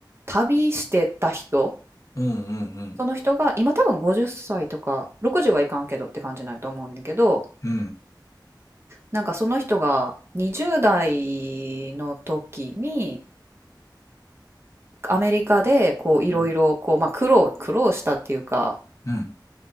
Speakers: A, on the right (about 35°); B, on the left (about 40°).
A: 旅してた人、
B: うん、うん、うん。
A: その人が今多分50歳とか60はいかんけどって感じなんやと思うねんけど、
B: う
A: なんかその人が20代の時にアメリカでこういろいろこう、
B: ん、
A: まあ、苦労、苦労したっていうか、
B: うん。